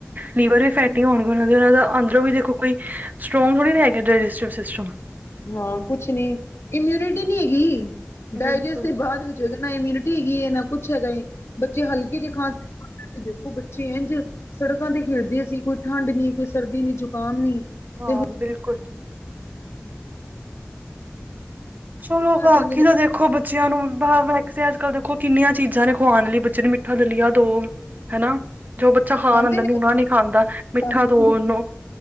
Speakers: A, on the right; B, on the left.
A: ਲੀਵਰ ਵੀ ਫੈਟੀ ਹੋਣਗੇ ਓਹਨਾਂ ਦੇ, ਓਹਨਾਂ ਦਾ ਅੰਦਰੋਂ ਵੀ ਦੇਖੋ ਕੋਈ ਸਟਰ੍ਰੋਂਗ ਥੋੜੀ ਨਾ ਹੈਗਾ, ਡਾਇਜੈਸਟਿਵ ਸਿਸਟਮ।
B: ਹਾਂ, ਕੁਛ ਨੀ ਇਮਿਊਨਿਟੀ ਨੀ ਹੈਗੀ। ਡਾਇਜੈਸਟ
A: ਬਿਲਕੁਲ
B: ਤੇ ਬਾਦ ਵਿੱਚ ਹੋਏਗਾ। ਨਾ ਇਮਯੂਨਿਟੀ ਹੈਗੀ ਏ, ਨਾ ਕੁਛ ਹੈਗਾ ਏ, ਬੱਚੇ ਹਲਕੇ ਜ ਖਾ ਦੇਖੋ ਬੱ ਚੇਂ ਐੰਜ ਸੜਕਾਂ ਤੇ ਖੇਡਦੇ ਸੀਂ, ਕੋਈ ਠੰਢ ਨੀ, ਕੋਈ ਸਰਦੀ ਨੀ, ਜ਼ੁਕਾਮ ਨੀ।
A: ਹਾਂ,
B: ਤੇ ਹੁਣ
A: ਬਿਲਕੁਲ। ਚਲੋ, ਬਾਕੀ
B: ਘਰ ਜਾਂਦੇ ਨੇ
A: ਦਾ ਦੇਖ ਦੇਖੋ ਬੱਚਿਆਂ ਨੂੰ ਬਾ ਵੈਸੇ ਅੱਜ-ਕੱਲ ਦੇਖੋ ਕਿੰਨੀਆਂ ਚੀਜ਼ਾਂ ਨੇ ਖਵਾਣ ਆਲੀ ਬੱਚੇ ਨੂੰ ਮਿੱਠਾ ਦਲੀਆ ਦੋ। ਹਨਾ। ਜੋ ਬੱਚਾ ਖਾ
B: ਖਾਂਦੇ
A: ਲੈਂਦਾ ਨੂਣਾ
B: ਨੇ ਬੱਚੇ
A: ਨੀ ਖਾਂਦਾ, ਮਿੱਠਾ
B: ਖਾਂਦੇ
A: ਦੋ
B: ਨੀ
A: ਓਨੂੰ।